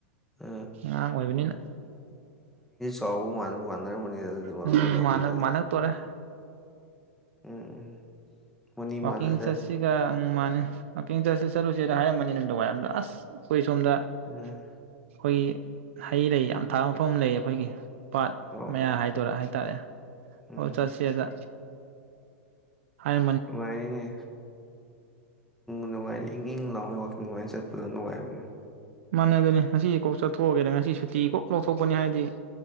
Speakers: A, in the centre; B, on the right (about 65°).
A: ꯑ
B: ꯑꯉꯥꯡ ꯑꯣꯏꯕꯅꯤꯅ
A: ꯇꯎ ꯋꯥꯟ ꯋꯥꯟ ꯅꯨꯡꯉꯥꯏꯔꯝꯒꯅꯤꯗ ꯑꯗꯨꯗꯤ ꯃꯔꯨꯞ
B: ꯅꯪ
A: ꯑꯩ ꯋꯥꯈꯜꯗꯗꯤ
B: ꯃꯥꯟꯅ ꯃꯥꯟꯅꯛꯇꯣꯔꯦ
A: ꯎꯝ ꯎꯝ ꯃꯣꯅꯤ
B: ꯋꯥꯛꯀꯤꯡ
A: ꯃꯥꯟꯅꯗ
B: ꯆꯠꯁꯤꯒ ꯃꯥꯅꯤ ꯋꯥꯜꯀꯤꯟ ꯆꯠꯁꯤ ꯆꯠꯂꯨꯁꯤꯗ ꯍꯥꯏꯃꯅꯤꯅ ꯅꯨꯡꯗꯥꯡ ꯋꯥꯏꯔꯝ ꯗ ꯁꯣꯝꯗ ꯑꯩꯈꯣꯏꯒꯤ
A: ꯎꯝ
B: ꯍꯩ ꯂꯩ ꯌꯥꯝ ꯊꯥꯕ ꯃꯐꯝ ꯑꯃ ꯂꯩ ꯑꯩꯈꯣꯏꯒꯤ ꯄꯥꯠ
A: ꯑꯣ ꯑꯣ
B: ꯃꯌꯥ ꯍꯥꯏꯗꯣꯏꯔꯥ ꯍꯥꯏꯇꯥꯔꯦ
A: ꯎꯝ
B: ꯑꯣ ꯆꯠꯁ ꯑꯗ ꯍꯥꯏ
A: ꯅꯨꯡꯉꯥꯏꯔꯤꯅꯦ ꯅꯨꯉꯥꯏꯅꯤ ꯏꯪ ꯏꯪ ꯂꯥꯎꯅ ꯋꯥꯈꯜ ꯅꯨꯡꯉꯥꯏꯅ ꯆꯠꯄꯗꯣ ꯅꯨꯡꯉꯥꯏꯕꯅꯦ
B: ꯃꯥꯟꯅꯦ ꯑꯗꯨꯅꯤ ꯉꯁꯤꯁꯦ ꯀꯣꯛ ꯆꯠꯊꯣꯛꯎꯒꯦꯗ ꯉꯁꯤ ꯁꯨꯇꯤ ꯀꯣꯛ ꯂꯧꯊꯣꯛꯄꯅꯤ ꯍꯥꯏꯗꯤ